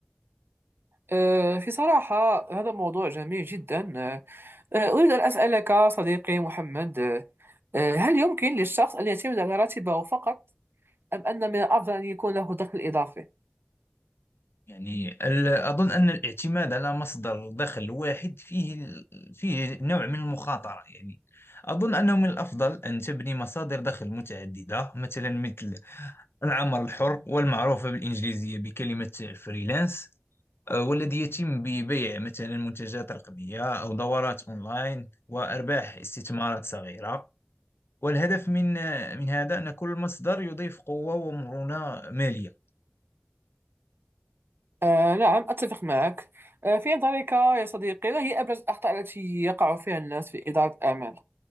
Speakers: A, on the right (about 65°); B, on the left (about 80°).
A: آه، في صراحة هذا موضوع جميل جدا آه، آه، أريد أن أسألك صديقي محمد آه، آه، هل يمكن للشخص أن يعتمد على راتبه فقط أم أن من الأفضل أن يكون له دخل إضافي؟
B: يعني ال- أظن أن الاعتماد على مصدر دخل واحد فيه فيه نوع من المخاطرة يعني أظن أنه من الأفضل أن تبني مصادر دخل متعددة مثلا مثل العمل الحر والمعروفة بالإنجليزية بكلمة فريلانس آه، والذي يتم ببيع مثلا منتجات رقمية أو دورات أونلاين وأرباح استثمارات صغيرة والهدف من آه، من هذا أن كل مصدر يضيف قوة ومرونة مالية
A: آه، نعم أتفق معك آه، في نظرك يا صديقي ما هي أبرز الأخطاء التي يقع فيها الناس في إدارة الأعمال